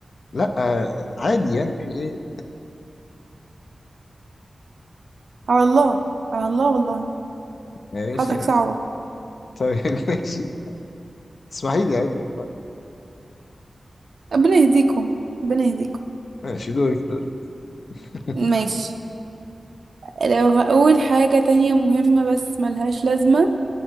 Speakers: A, on the left; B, on the right.
A: لأ آه، يعني عادي يعني في إيه
B: على الله على الله والله
A: ماشي
B: حالتك
A: ماشي
B: صعبة
A: طيب <laughs> ماشي تسمحي لي عادي والله
B: ربنا يهديكم ربنا يهديكم
A: ماشي دورك دورك <laughs>
B: ماشي لو هقول حاجة تانية مهمة بس ملهاش لازمة